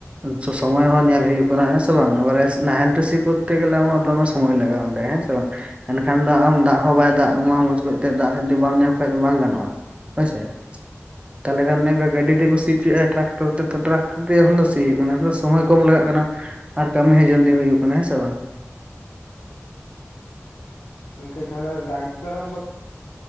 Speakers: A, on the right; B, on the left.
A: ᱥᱚᱢᱚᱭ ᱦᱚᱸ ᱧᱮᱞ ᱦᱩᱭᱩᱜ ᱠᱟᱱᱟ ᱦᱮᱸ ᱥᱮ ᱵᱟᱝ ᱮᱵᱟᱨᱮ ᱱᱟᱦᱮᱞ ᱛᱮ ᱥᱤ ᱠᱚᱛᱛᱮ ᱜᱮᱞᱮ ᱟᱢᱟᱜ ᱫᱚᱢᱮ ᱥᱚᱢᱚᱭ ᱞᱟᱜᱟᱜᱼᱟ ᱚᱸᱰᱮ ᱦᱮᱸ ᱥᱮ ᱵᱟᱝ? ᱮᱱᱠᱷᱟᱱ ᱫᱚ ᱟᱢ ᱫᱟᱜ ᱦᱚᱸ ᱵᱟᱭ ᱫᱟᱜ ᱟᱢᱟ ᱢᱚᱸᱡᱽ ᱠᱚᱡᱛᱮ ᱫᱟᱜ ᱦᱚ ᱡᱩᱫᱤ ᱵᱟᱢ ᱧᱟᱢ ᱠᱷᱟᱡ ᱫᱚ ᱵᱟᱝ ᱜᱟᱱᱚᱜᱼᱟ ᱦᱳᱭᱥᱮ ᱾ ᱛᱟᱦᱚᱞᱮ ᱠᱷᱟᱱ ᱱᱮᱝᱠᱟ ᱜᱟᱹᱰᱤ ᱛᱮᱜ ᱥᱤ ᱚᱪᱚᱭᱮᱜ-ᱟ ᱴᱨᱟᱠᱴᱚᱨ ᱛᱮ ᱛᱚ ᱴᱨᱟᱠᱴᱚᱨ ᱫᱤᱭᱮ ᱮᱠᱷᱚᱱ ᱫᱚ ᱥᱤ ᱦᱩᱭᱩᱜ ᱠᱟᱱᱟ᱾ ᱟᱫᱚ ᱥᱚᱢᱳᱚᱭ ᱠᱚᱢ ᱞᱟᱜᱟᱜ ᱠᱟᱱᱟ, ᱟᱨ ᱠᱟᱢᱤ ᱦᱚᱸ ᱡᱚᱞᱫᱤ ᱦᱩᱭᱩᱜ ᱠᱟᱱᱟ ᱦᱮᱸ ᱥᱮ ᱵᱟᱝ?
B: ᱜᱚᱝᱠᱮ ᱛᱟᱦᱚᱞᱮ ᱰᱟᱝ ᱢᱮᱨᱚᱢ ᱠᱚ